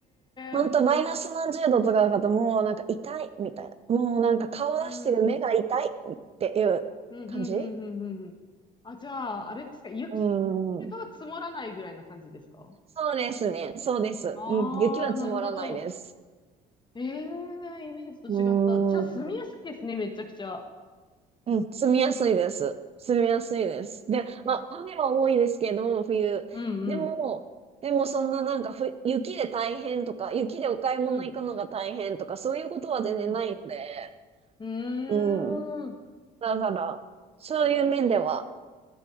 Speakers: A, on the right; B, on the left.
A: ほんと、
B: え、
A: マイナス何十度とかだと、
B: そう
A: もうなんか痛いみたいな。もうなんか顔出してる目が痛いっていう感じ
B: うん、うん、うん、うん、うん、うん。あ、じゃあ、あれですか、雪
A: うーん。
B: が積もらないぐらいな感じですか
A: そうですね。そうです。
B: ああ、
A: うん。雪は積もらないです。
B: なるほど。ええ、イメージと違った。
A: うーん。
B: じゃあ、住みやすいですね、めちゃくちゃ。
A: うん、住みやすいです。住みやすいです。
B: うんうん、
A: で、まあ、雨は多いですけど、冬。
B: うん、
A: でも、でもそんななんかふ、雪で大変とか、雪でお買い物行くのが大変とか、
B: うん。
A: そういうことは全然ないので、
B: うんうーん。
A: うん。だから、そういう面では、